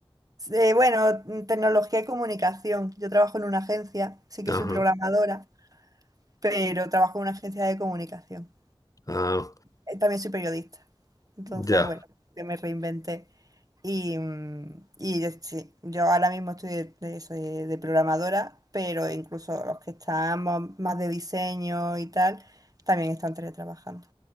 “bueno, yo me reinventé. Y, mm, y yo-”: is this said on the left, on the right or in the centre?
Right